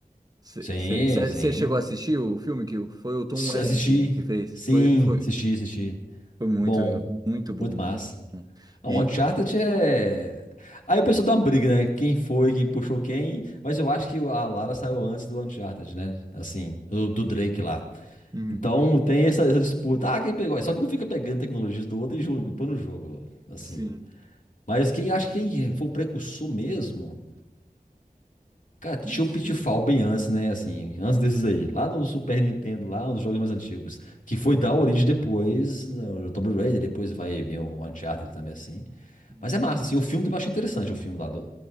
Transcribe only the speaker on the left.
Sim, sim.
S-
Assisti.
Sim,
assisti, assisti.
Bom,
muito massa.
Ah,
O Uncharted é. Aí o pessoal dá uma briga, né? Quem foi que puxou quem? Mas eu acho que a Lara saiu antes do Uncharted, né? Assim, do, do Drake lá.
Então tem essa, essa disputa. Ah, quem pegou? Só que um fica pegando tecnologias do outro e jogo, e põe no jogo, assim.
Mas quem acha que quem foi o precursor mesmo, cara,
tinha
um Pitfall bem antes, né? Assim, antes desses aí, lá no Super Nintendo, lá nos jogos mais antigos, que foi dar origem depois, no Tomb Raider, depois vai vir o Uncharted também, assim.
Mas é massa, assim, o filme também eu acho interessante, o filme lá do,